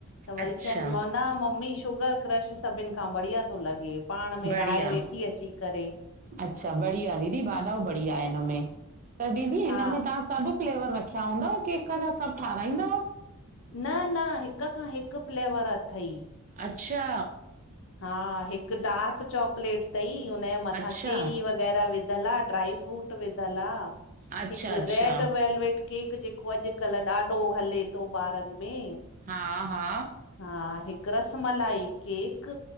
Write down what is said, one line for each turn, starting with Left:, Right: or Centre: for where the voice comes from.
Left: त वरी
Right: अच्छा,
Left: चयन व न मम्मी शुगर क्रश स सभिनि खां बढ़िया थो लॻे पाण
Right: बढ़िया
Left: में राय वेठी अची करे
Right: अच्छा बढ़िया दीदी बाधऊ बढ़िया आहे हिनमें त दीदी हिन
Left: हा
Right: में तव्हां सभु फ्लेवर रखिया हूंदव केक जा सॿ ठाराईंदव?
Left: न न हिक खां हिक फ्लेवर अथई
Right: अच्छा
Left: हा हिकु डार्क चॉकलेट तई हुनजे मथां
Right: अच्छा
Left: चेरी वग़ै वेरह विदल आ ड्राइ फ्रूट विदल आह
Right: अच्छा
Left: हिकु
Right: अच्छा
Left: रेड वेलवेट केक जेको अॼुकल्ह ॾाढो हले थो ॿारनि में
Right: हा हा
Left: हा हिकु रस मलाई केक